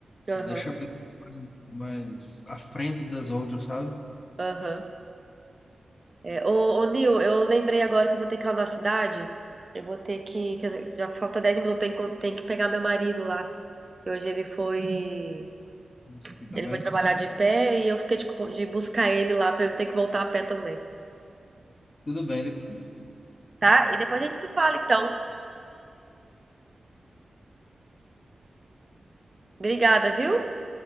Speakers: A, on the right; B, on the left.
A: Aham,
B: deixa a pessoa mais, mais à frente das outras, sabe?
A: aham. É, ô, ô, Nil, eu lembrei agora que eu vou ter que ir lá na cidade. Eu vou ter que, que eu- já falta 10 minutos, tem que, tem que pegar meu marido lá. Que hoje ele foi.
B: Isso aqui também.
A: Ele foi trabalhar de pé e eu fiquei de, co- de buscar ele lá para eu não ter que voltar a pé também,
B: Tudo bem,
A: tá? E depois a gente se fala então. Obrigada, viu?